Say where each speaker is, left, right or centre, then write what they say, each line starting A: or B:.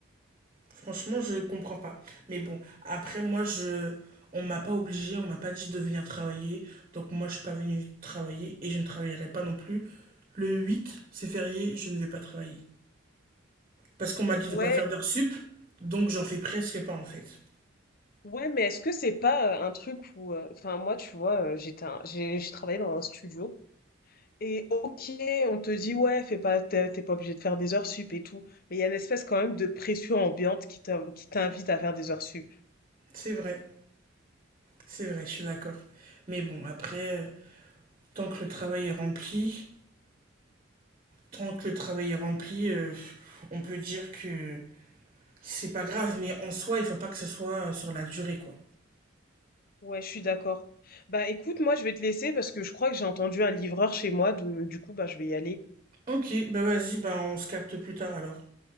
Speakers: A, on the right; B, on the left.
A: Franchement, je comprends pas. Mais bon, après, moi, je... on m'a pas obligé, on m'a pas dit de venir travailler. Donc, moi, je suis pas venu travailler et je ne travaillerai pas non plus. Le 8, c'est férié, je ne vais pas travailler. Parce qu'on m'a dit
B: Ouais,
A: de pas faire d'heures sup, donc j'en fais presque pas en fait.
B: ouais, mais est-ce que c'est pas euh, un truc où, euh, enfin, moi, tu vois, euh, j'étais, un- j'ai, j'ai travaillé dans un studio Et ok, on te dit ouais, fais pas, t'es t'es pas obligé de faire des heures sup et tout, mais il y a une espèce quand même de pression ambiante qui t'in- qui t'invite à faire des heures sup.
A: C'est vrai, c'est vrai, je suis d'accord. Mais bon, après, euh, tant que le travail est rempli, tant que le travail est rempli, euh, on peut dire que c'est pas grave, mais en soi, il faut pas que ce soit euh, sur la durée, quoi.
B: Ouais, je suis d'accord. Bah écoute, moi je vais te laisser parce que je crois que j'ai entendu un livreur chez moi, de- du coup bah je vais y aller.
A: Ok, bah vas-y, bah on se capte plus tard alors.